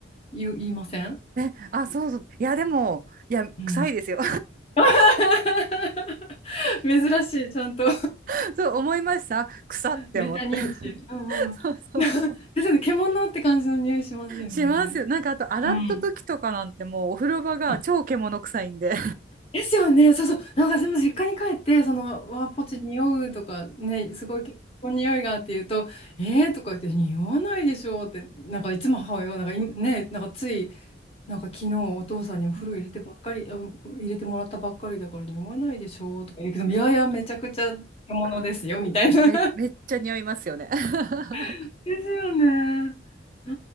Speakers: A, on the left (about 30°); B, on the right (about 45°).
A: 言う、言いません
B: <laughs> え、あ、そうそう。いや、でも、いや、
A: うん。
B: 臭いですよ。
A: <laughs> 珍しい、ちゃんと。
B: <laughs> そう思いました。臭って思って。
A: メタ認知。
B: <laughs>
A: うんうん。
B: そうそうそう。
A: <laughs> ですよね、獣って感じの匂いしますよね。
B: しますよ。なんか、あと、洗った時とかなんてもう、
A: うん。
B: お風呂場が超獣臭いんで。
A: あ、ですよね。そうそう。なんかでも実家に帰って、その、わあ、ポチ匂うとかね、すごい結構匂いがって言うと、えーとか言って、匂わないでしょうって、なんかいつも母親が、なんかいね、なんかつい、なんか昨日お父さんにお風呂入れてばっかり、
B: うん。
A: あ入れてもらったばっかりだから匂わないでしょうとか言うけど、いやいや、めちゃくちゃ獣ですよ、
B: うん
A: みたいな。
B: め、めっちゃ匂いますよね。<laughs>
A: <laughs> ですよね。<laughs> ああ、